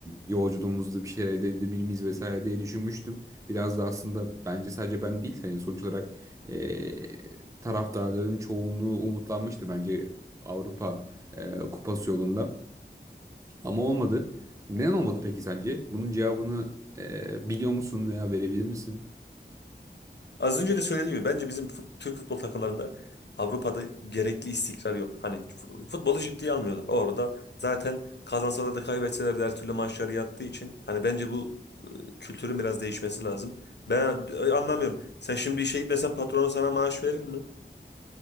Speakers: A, on the right; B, on the left.
A: yolculuğumuzda bir şeyler elde edebilir miyiz vesaire diye düşünmüştüm. Biraz da aslında bence sadece ben değil hani sonuç olarak e, taraftarların çoğunluğu umutlanmıştı bence Avrupa e, kupası yolunda. Ama olmadı. Neden olmadı peki sence? Bunun cevabını e, biliyor musun veya verebilir misin?
B: Az önce de söylediğim gibi bence bizim fut- Türk futbol takımlarında Avrupa'da gerekli istikrar yok. Hani fu- futbolu ciddiye almıyorlar. Orada zaten kazansalar da kaybetseler de her türlü maçları yattığı için hani bence bu e, kültürün biraz değişmesi lazım. Ben e, anlamıyorum. Sen şimdi işe gitmesen patronun sana maaş verir mi?